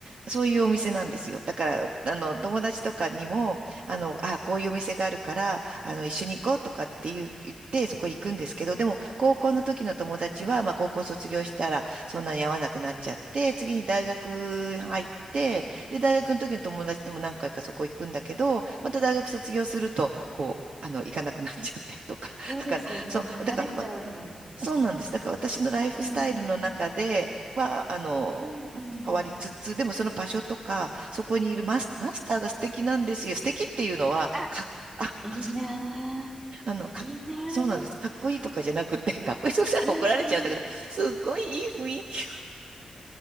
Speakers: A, on the right; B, on the right.
A: う、そういうお店なんですよ。だから、あの、友達とかにも、あの、あ、こういうお店があるから、あの、一緒に行こうとかって言う、言って、そこ行くんですけど、でも、高校の時の友達は、まあ、高校卒業したら、そんなに会わなくなっちゃって、次に大学入って、で、大学の時の友達とも何回かそこ行くんだけど、また大学卒業すると、こう、あの、行かなくなっちゃってとか、
B: そうですよね。
A: だから、そう、
B: 離れちゃうもんね。
A: だから、わそうなんです。だから私のライフスタイルの中では、
B: うんうん。
A: あの、
B: うんうん。うんうん。
A: 変わりつつ、でもその場所とか、そこにいるマス、マスターが素敵なんですよ。素敵っていうのは、
B: あ、
A: か、あ、
B: いいなぁ。
A: <laughs> そうあの、か、
B: いいなぁ。
A: そうなんです。かっこいいとかじゃなくて、かっこいい、そうしたら怒られちゃうんだけど、
B: うんうん。
A: すっごいいい雰囲気。